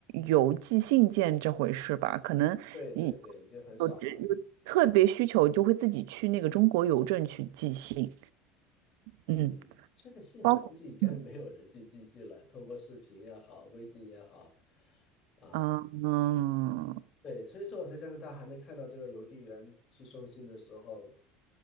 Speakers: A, on the right; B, on the left.
A: 邮寄信件这回事吧？可能一
B: 对对对，已经很少了。
A: 有有特别需求，就会自己去那个中国邮政去寄信。嗯，
B: 嗯，现在信我估计应该没有人去寄信了，
A: 包括嗯。
B: 通过视频也好，微信也好，啊。
A: 嗯，
B: 对，所以说我在加拿大还能看到这个邮递员去送信的时候，